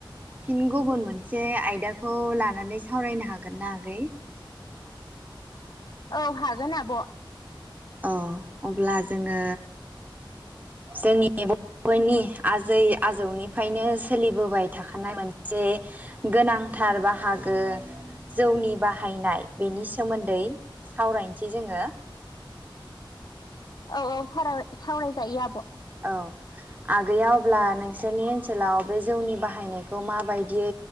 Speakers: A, on the right; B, on the left.
A: फिन गुबुन मोनसे आयदाखौ लानानै सावरायनो हागोन ना आगै?
B: औ हागोन आब।
A: अ अब्ला जोङो जोंनि बइनि आजै आजौनिफ्रायनो सोलिबोबाय थाखानाय मोनसे गोनांथार बाहागो जौनि बाहायनाय बेनि सोमोन्दै सावरायनोसै जोङो।
B: औ औ सराय सावरायजायो आब।
A: औ आगैया अब्ला नोंस बिसोरनि ओनसोलाव बे जौनि बाहायनायखौ माबायदियै